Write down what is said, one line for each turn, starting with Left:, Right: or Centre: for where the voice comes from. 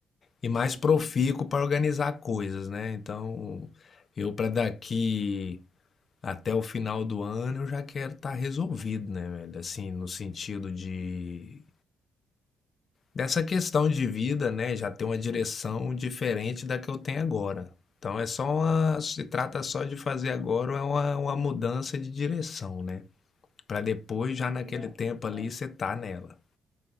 Right: sim,
Left: e mais profícuo
Right: sim.
Left: para organizar coisas, né. Então, eu para daqui Até o final do ano eu já quero estar resolvido, né, velho? Assim, no sentido de dessa questão de vida, né, já ter uma direção diferente da que eu tenho agora. Então é só uma, se trata só de fazer
Right: Pla-
Left: agora é uma, uma mudança de direção, né? Para depois já naquele
Right: Sim, é
Left: tempo
Right: pla-
Left: ali você tá nela.